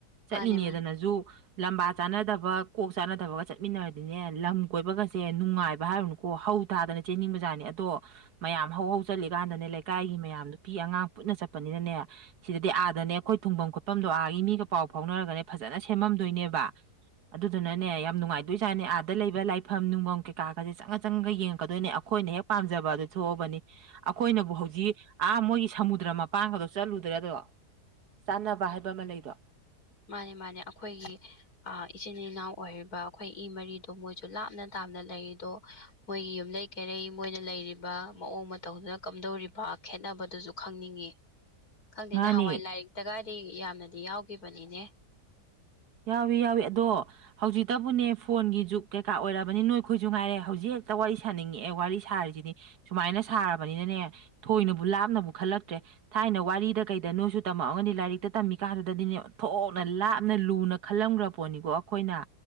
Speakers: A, on the right; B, on the left.
A: ꯆꯠꯂꯤꯅꯦꯗꯅꯁꯨ
B: ꯃꯥꯅꯦ ꯃꯥꯅꯦ
A: ꯂꯝꯕꯥ ꯆꯥꯅꯗꯕ ꯀꯣꯛ ꯆꯥꯅꯗꯕꯒ ꯆꯠꯃꯤꯟꯅꯔꯗꯤꯅꯦ ꯂꯝ ꯀꯣꯏꯕꯒꯁꯦ ꯅꯨꯡꯉꯥꯏꯕ ꯍꯥꯏꯔꯨꯅꯨ꯫ ꯀꯣ ꯍꯧ ꯊꯥꯗꯅ ꯆꯦꯟꯅꯤꯡꯕꯖꯥꯅꯤ ꯑꯗꯣ ꯃꯌꯥꯝ ꯍꯧ ꯍꯧ ꯆꯠꯂꯤꯀꯥꯟꯗꯅꯦ ꯂꯩꯀꯥꯏꯒꯤ ꯃꯌꯥꯝ ꯅꯨꯄꯤ ꯑꯉꯥꯡ ꯄꯨꯠꯟꯅ ꯆꯠꯄꯅꯤꯅꯅꯦ, ꯁꯤꯗꯗꯤ ꯑꯥꯗꯅꯦ ꯑꯩꯈꯣꯏ ꯊꯨꯡꯐꯝ ꯈꯣꯠꯐꯝꯗꯣ ꯑꯥꯒꯤ ꯃꯤꯒ ꯄꯥꯎ ꯐꯥꯎꯅꯔꯒꯅꯦ ꯐꯖꯅ ꯁꯦꯝꯃꯝꯗꯣꯏꯅꯦꯕ꯫ ꯑꯗꯨꯗꯨꯅꯅꯦ ꯌꯥꯝ ꯅꯨꯡꯉꯥꯏꯗꯣꯏꯖꯥꯅꯦ ꯑꯥꯗ ꯂꯩꯕ ꯂꯥꯏꯐꯝ ꯅꯨꯡꯐꯝ ꯀꯩꯀꯥꯒꯁꯦ ꯆꯪꯉ ꯆꯪꯉꯒ ꯌꯦꯡꯉꯛꯀꯗꯣꯏꯅꯦ ꯑꯩꯈꯣꯏꯅ ꯍꯦꯛ ꯄꯥꯝꯖꯕ ꯑꯗꯨ ꯊꯣꯛꯑꯕꯅꯤ ꯑꯩꯈꯣꯏꯅꯕꯨ ꯍꯧꯖꯤꯛ ꯑꯥ ꯃꯣꯏꯒꯤ ꯁꯃꯨꯗ꯭ꯔ ꯃꯄꯥꯡꯒꯗꯣ ꯆꯠꯂꯨꯗ꯭ꯔꯥ ꯑꯗꯣ ꯆꯥꯟꯅꯕ ꯍꯥꯏꯕ ꯑꯃ ꯂꯩꯗꯣ꯫
B: ꯃꯥꯅꯤ ꯃꯥꯅꯦ ꯑꯈꯣꯏꯒꯤ, ꯑ ꯏꯆꯤꯟ ꯏꯅꯥꯎ ꯑꯣꯏꯔꯤꯕ ꯑ ꯈꯣꯏ ꯏ ꯃꯔꯤꯗꯣ ꯃꯣꯏꯁꯨ ꯂꯥꯞꯅ ꯇꯥꯞꯅ ꯂꯩꯔꯤꯗꯣ, ꯃꯣꯏꯒꯤ ꯌꯨꯝꯂꯩ ꯀꯩꯔꯩ ꯃꯣꯏꯅ ꯂꯩꯔꯤꯕ ꯃꯑꯣꯡ ꯃꯇꯧꯗꯨꯅ ꯀꯝꯗꯧꯔꯤꯕ ꯈꯦꯠꯅꯕꯗꯨꯁꯨ ꯈꯪꯅꯤꯡꯉꯤ꯫ ꯈꯪꯗꯦ
A: ꯃꯥꯅꯦ
B: ꯅꯍꯥꯟꯋꯥꯏ ꯂꯥꯏꯔꯤꯛꯇꯒꯥꯗꯤ ꯌꯥꯝꯅꯗꯤ ꯌꯥꯎꯒꯤꯈꯤꯕꯅꯤꯅꯦ꯫
A: ꯌꯥꯎꯏ ꯌꯥꯎꯏ ꯑꯗꯣ ꯍꯧꯖꯤꯛꯇꯕꯨꯅꯦ ꯐꯣꯟꯒꯤ ꯖꯨꯛ ꯀꯩꯀꯥ ꯑꯣꯏꯔꯕꯅꯤ ꯅꯣꯏ ꯈꯣꯏꯁꯨ ꯉꯥꯏꯔꯦ ꯍꯧꯖꯤꯛꯇ ꯋꯥꯔꯤ ꯁꯥꯅꯤꯡꯉꯛꯑꯦ ꯋꯥꯔꯤ ꯁꯥꯔꯤꯁꯤꯗꯤ ꯁꯨꯃꯥꯏꯅ ꯁꯥꯔꯕꯅꯤꯅꯅꯦ, ꯊꯣꯏꯅꯕꯨ ꯂꯥꯞꯅꯕꯨ ꯈꯜꯂꯛꯇ꯭ꯔꯦ꯫ ꯊꯥꯏꯅ ꯋꯥꯔꯤꯗ ꯀꯩꯗ ꯅꯣꯏꯁꯨ ꯇꯝꯃꯛꯑꯝꯒꯅꯤ ꯂꯥꯏꯔꯤꯛꯇ ꯇꯝꯃꯤ ꯀꯥꯟꯗꯗꯤꯅꯦ ꯑꯣꯟꯊꯣꯛꯅ ꯂꯥꯞꯅ ꯂꯨꯅ ꯈꯜꯂꯝꯈ꯭ꯔ ꯄꯣꯠꯅꯤꯀꯣ ꯑꯈꯣꯏꯅ